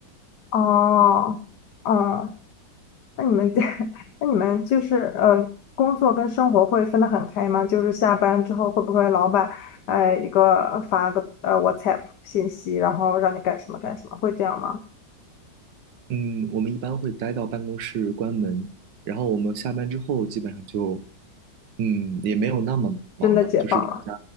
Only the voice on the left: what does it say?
<laughs> 哦。哦，那你们 <laughs> 那你们就是呃，工作跟生活会分得很开吗？就是下班之后会不会老板呃一个发个呃 WhatsApp 信息，然后让你干什么干什么，会这样吗？
真的解放了？